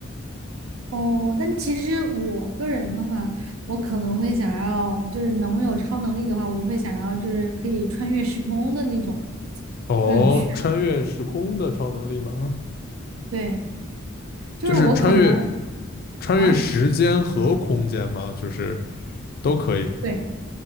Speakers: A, on the right (about 80°); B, on the left (about 45°).
A: 哦，但其实我个人的话，我可能会想要，就是能有超能力的话，我会想要就是可以穿越时空的那种，
B: 哦，
A: 就很炫。
B: 穿越时空的超能力吗？
A: 对，就是我可能
B: 就是穿越穿越时间和空间吗？
A: 啊，
B: 就是。都可以
A: 对。